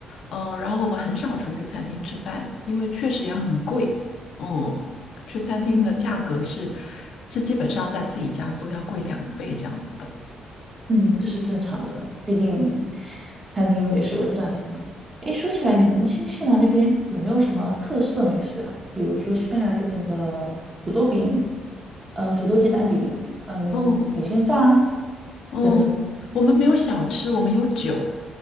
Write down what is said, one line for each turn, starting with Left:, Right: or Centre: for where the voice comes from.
Left: 嗯，然后我们很少出去餐厅吃饭，因为确实也很贵。嗯，去餐厅的价格是
Right: <laughs> 嗯。
Left: 是基本上在自己家做要贵两倍这样子的。
Right: 嗯，这是正常的，毕竟餐厅也是为了赚钱嘛。诶，说起来，你们新西兰那边有没有什么特色美食啊？比如说西班牙这边的土豆饼，呃，土豆鸡蛋饼，嗯，
Left: 嗯
Right: 海鲜饭啊，
Left: 嗯，
Right: 等等。
Left: 我们没有小吃，我们有酒，